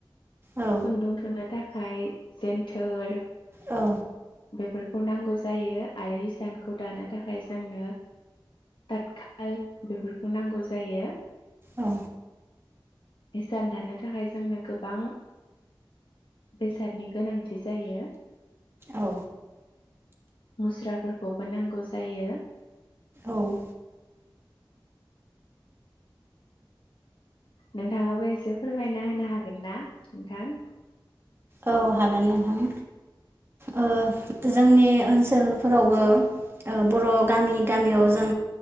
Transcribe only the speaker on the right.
औ
औ
औ।
औ
औ।
औ हागोन नोंथां। ओ जोंनि ओनसोलफोरावबो, ओ बर' गामि गामियाव जों